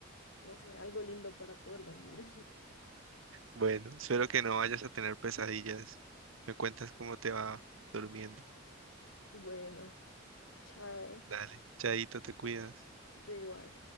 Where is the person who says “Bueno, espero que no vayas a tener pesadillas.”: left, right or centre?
Right